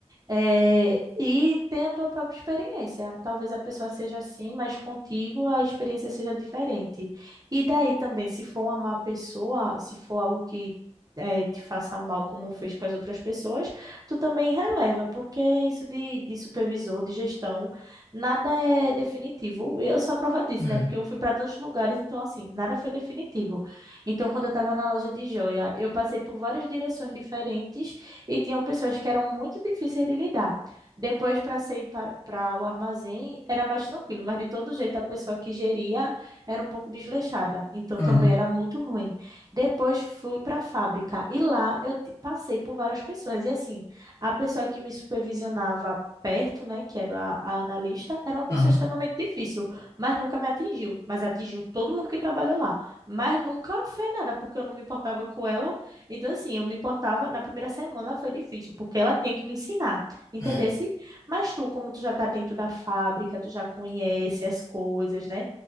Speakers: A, on the right; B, on the left.
A: É, e tem a tua própria experiência. Talvez a pessoa seja assim, mas contigo a experiência seja diferente. E daí também, se for uma má pessoa, se for algo que eh, te faça mal, como fez com as outras pessoas, tu também releva, porque isso de, de supervisor, de gestão, nada é definitivo. Eu sou a prova disso,
B: é,
A: né? Porque eu fui para tantos lugares, então, assim, nada foi definitivo. Então, quando eu estava na loja de joia, eu passei por várias direções diferentes e tinham pessoas que eram muito difíceis de lidar. Depois, para sair para o armazém, era mais tranquilo, mas de todo jeito a pessoa que geria era um pouco desleixada, então
B: aham,
A: também era muito ruim. Depois fui para a fábrica e lá eu ti- passei por várias pessoas, e assim, a pessoa que me supervisionava perto, né, que era a, a analista, era uma pessoa
B: aham,
A: extremamente difícil, mas nunca me atingiu, mas atingiu todo mundo que trabalhou lá, mas nunca fez nada, porque eu não me importava com ela então, assim, eu me importava, na primeira semana foi difícil, porque ela tinha que me ensinar, entendesse?
B: é.
A: Mas tu, como tu já tá dentro da fábrica, tu já conhece as coisas, né?